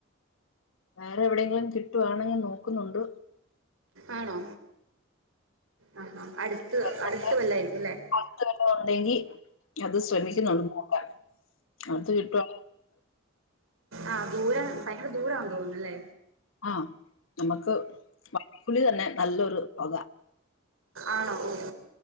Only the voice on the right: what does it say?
ആണോ ആ അടുത്ത്
അടുത്ത്
വല്ലായിരിക്കും ല്ലേ
ആ ദൂര ഭയങ്കര ദൂരന്ന് തോന്നുന്നുല്ലേ
ആണോ ഓ